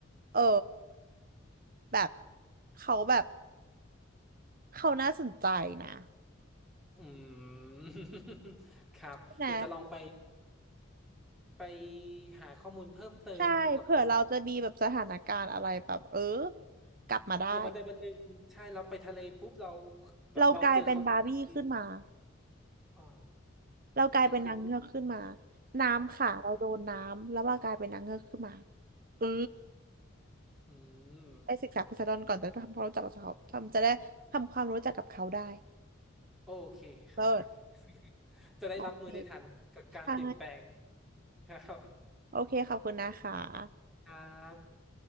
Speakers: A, on the right; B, in the centre.
A: เออแบบเขาแบบเขาน่าสนใจนะ
B: อืม <laughs> ครับเดี๋ยวจะลองไป
A: ใช่ไหม
B: ไปหาข้อมูลเพิ่มเติมเกี่ยวกับโพ
A: ใช่เผื่อเราจะมีแบบสถานการณ์อะไรแบบเออกลับมาได้
B: พอวันใดวันหนึ่งใช่เราไปทะเลปุ๊บเราแบบเราเจอเขาทันที
A: เรากลายเป็นบาร์บี้ขึ้นมา
B: อ๋อ
A: เรากลายเป็นนางเงือกขึ้นมา
B: ก็คือ
A: น้ำค่ะเราโดนน้ำแล้วเรากลายเป็นนางเงือกขึ้นมาเออ
B: อืม
A: ไปศึกษาภาษาอังกฤษก่อนจะได้ทำความรู้จักกับเขาทำจะได้ทำความรู้จักกับเขาได้
B: โอเคครับ
A: เลิศ
B: <laughs> จะได้รับมือได้ทันกับการเปลี่ยนแปลง
A: โอเคใช่
B: ครับ
A: โอเคขอบคุณนะคะ
B: ครับ